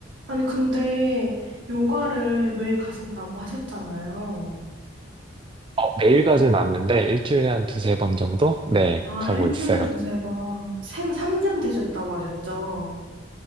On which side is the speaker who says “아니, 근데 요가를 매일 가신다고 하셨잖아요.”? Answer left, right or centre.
Right